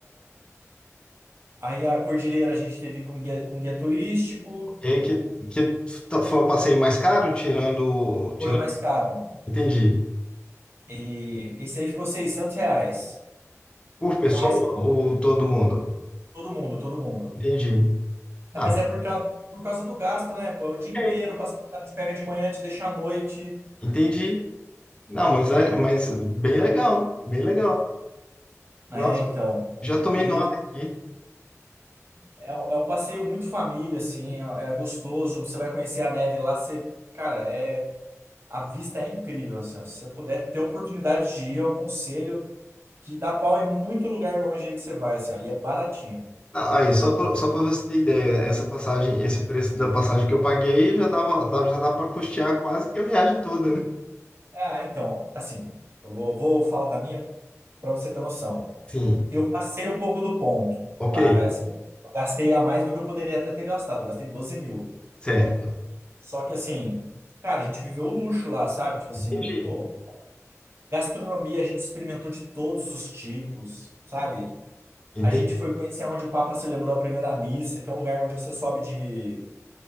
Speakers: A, on the right; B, on the left.
A: Aí a Cordilheira a gente teve com guia, com guia turístico,
B: E que, que t- foi o passeio mais caro, tirando, tirando.
A: foi o mais caro.
B: Entendi.
A: E esse aí ficou 600 reais.
B: Por
A: Mas
B: pessoa
A: é
B: ou todo mundo?
A: todo mundo, todo mundo.
B: Entendi.
A: É,
B: Ah,
A: mas
B: mas
A: é por, ca- por causa do gasto, né? Pô, é o dia
B: ok.
A: inteiro, passa- o cara te pega de manhã, te deixa à noite.
B: entendi. Não, mas, é- mas bem legal, bem legal.
A: É,
B: Nossa,
A: então.
B: já tomei
A: E
B: nota aqui.
A: é, um é um passeio muito família, assim, é, é gostoso. Você vai conhecer a neve lá, você, cara, é a vista é incrível, assim, ó. Se você puder ter a oportunidade de ir, eu aconselho que dá pau em muito lugar longe aí que você vai, assim, ó, e é baratinho.
B: Ah, Aí, só para só para você ter ideia, essa passagem, esse preço da passagem que eu paguei já dava, dava- já dá para custear quase que a viagem toda, né?
A: Ah, então, assim, eu vou, vou falar da minha para você ter noção.
B: Sim,
A: Eu passei um pouco do ponto,
B: ok,
A: tá? Assim, eu gastei a mais do que eu poderia até ter gastado, eu gastei 12 mil.
B: certo.
A: Só que assim, cara, a gente viveu o luxo lá, sabe? Tipo assim,
B: Entendi.
A: pô. Gastronomia, a gente experimentou de todos os tipos, sabe?
B: Entendi.
A: A gente foi conhecer onde o Papa celebrou a primeira missa, que é um lugar onde você sobe de